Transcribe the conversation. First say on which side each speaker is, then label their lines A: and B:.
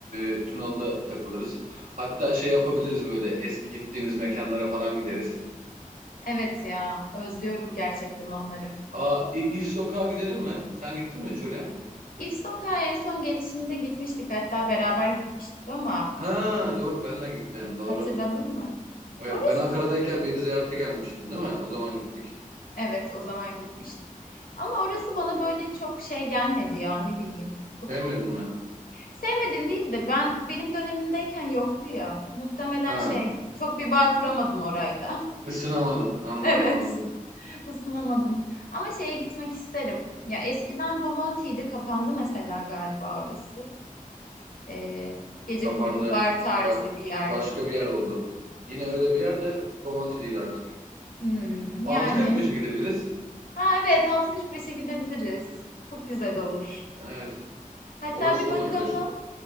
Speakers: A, on the right; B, on the left.
A: e, Tunalı'da takılırız. Hatta şey yapabiliriz böyle eski gittiğimiz mekanlara falan gideriz.
B: Evet ya özlüyorum gerçekten onları.
A: Aa, İ- İf Sokağa gidelim mi? Sen gittin mi hiç oraya?
B: İf Sokağa en son gelişimde gitmiştik. Hatta beraber gitmiştik ama...
A: Ha
B: e,
A: doğru benle gittin doğru.
B: Hatırladın mı?
A: Evet
B: Orası
A: ben Ankara'dayken beni ziyarete gelmiştin değil mi? O zaman gittik.
B: evet o zaman gitmiştik. Ama orası bana böyle çok şey gelmedi ya ne bileyim. Çok
A: Sevmedin mi?
B: sevmedin değil de ben benim dönemimdeyken yoktu ya. Muhtemelen
A: Ha
B: şey çok bir bağ kuramadım orayla. <laughs>
A: ısınamadın anladım
B: Evet,
A: anladım.
B: ısınamadım. Ama şeye gitmek isterim. Ya eskiden Bomonti'ydi kapandı mesela galiba orası. Ee, gece
A: Kapandı.
B: kulübü bar tarzı
A: Ba-
B: bir yerdi.
A: başka bir yer oldu. Yine öyle bir yer de Bomonti değil artık.
B: Hmm,
A: Altı
B: yani.
A: kırk beşe gidebiliriz.
B: Ha evet 6.45'e gidebiliriz. Çok güzel olur.
A: Evet.
B: Hatta
A: Orası
B: bir bakalım
A: olabilir.